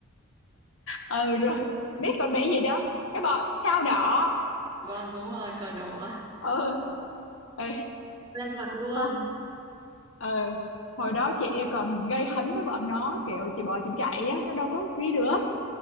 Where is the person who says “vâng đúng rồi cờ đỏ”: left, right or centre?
Right